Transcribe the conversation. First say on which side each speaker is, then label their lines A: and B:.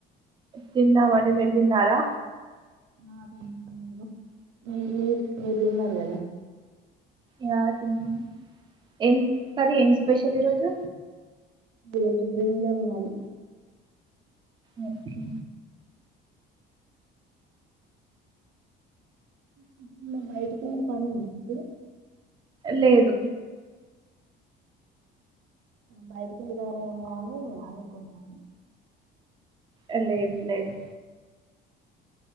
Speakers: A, on the right; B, on the right.
A: తిన్నామండి మీరు తిన్నారా?
B: నా తిన్నా మీరు మీ మీరు మీరు తిన్నారు కదా!
A: యా తిన్నాం. ఏం సరిలె ఏంచెస్ స్పెషల్ ఈ రోజు?
B: బెదు <unintelligible> మాది
A: ఓకె
B: మ్ హు నెన్ బయటికెల్లే పనుంది. తిను <inaudible>
A: లేదు
B: బయటికి వెళ్తారేమో అని అనుకున్నాను
A: ఎల్లాలని లేదు